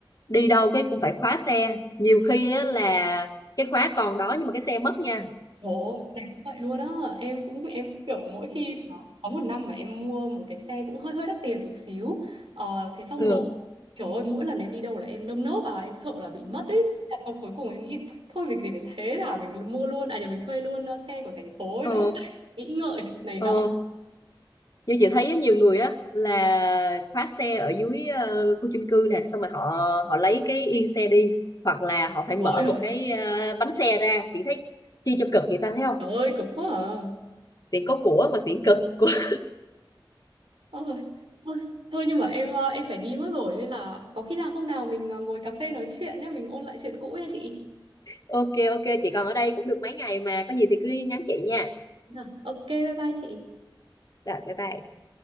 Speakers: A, on the left; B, on the right.
A: đi đâu cái cũng phải khóa xe nhiều khi á là cái khóa còn đó nhưng mà cái xe mất nha
B: trời ơi cái này cũng vậy luôn á em cũng em cũng kiểu mỗi khi mà có một năm mà em mua một cái xe cũng hơi hơi đắt tiền một xíu ờ, thế xong
A: ừ
B: rồi trời ơi mỗi lần em đi đâu là em nơm nớp à em sợ là bị mất ấy Thế là xong cuối cùng em nghĩ thôi việc gì phải thế thả mình mua luôn à nhà mình thuê luôn uh, xe của thành phố ấy
A: ờ
B: đỡ phải nghĩ ngợi này nọ
A: ờ như chị thấy á, nhiều người á là khóa xe ở dưới ờ, khu chung cư nè xong rồi họ họ lấy cái yên xe đi hoặc là họ phải
B: trời
A: mở
B: ơi
A: một cái ờ, bánh xe ra chị thấy chi cho cực vậy ta thấy không
B: trời ơi cực quá à
A: tiện có của mà tiện cực <laughs>
B: Ôi, thôi, thôi nhưng mà em ờ, em phải đi mất rồi nên là có khi nào hôm nào mình ờ, ngồi cà phê nói chuyện nhé, mình ôn lại chuyện cũ nha chị.
A: ok ok chị còn ở đây cũng được mấy ngày mà có gì thì cứ nhắn chị nha
B: Dạ. Ok, bye bye chị.
A: rồi bye bye